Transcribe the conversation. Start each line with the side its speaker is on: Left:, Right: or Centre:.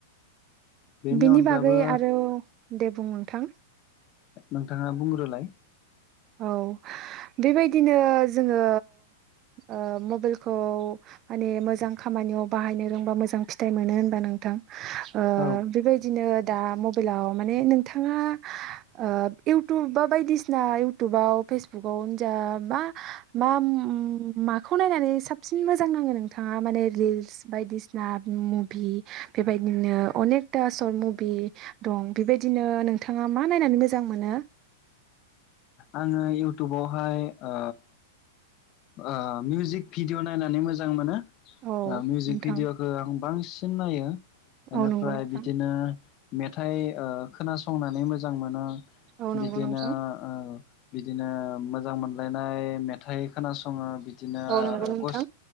Left: बेनि
Right: बिनि
Left: अनगाबो
Right: बागै आरो दे बुं नोंथां।
Left: नोंथाङा बुंग्रोलाय।
Right: औ बेबायदिनो जोङो ओ मबाइलखौ माने मोजां खामा -नियाव बाहायनो रोंबा मोजां फिथाइ मोनो होनबा नोंथां ओ
Left: औ
Right: बेबायदिनो दा मबाइलाव माने नोंथाङा ओ इउटुब बा बायदिसिना इउटुबाव फेसबुकाव जा मा मा माखौ नायनानै साबसिन मोजां ना। -ङो नोंथाङा माने रिल्स बायदिसिना मुभि बेबायदिनो अनेकथा सर्ट मुभि दं बेबायदिनो नोंथाङा मा नायनानै मोजां मोनो?
Left: आङो इउटुबावहाय ओ ओ मिउजिक भिडिअ' नायनानै मोजां मोनो। ओ
Right: औ
Left: मिउजिक
Right: नोंथां
Left: भिडिअ'खौ आं बांसिन नायो बेनिफ्राय
Right: औ नंगौ नोंथां
Left: बिदिनो मेथाइ ओ खोनासंनानै मोजां मोनो
Right: औ नंगौ
Left: बिदिनो
Right: नोंथां
Left: ओ बिदिनो मोजां मोनलायनाय मेथाइ खोनासङो बि -दिनो
Right: औ नंगौ
Left: आरो
Right: नोंथां।
Left: गस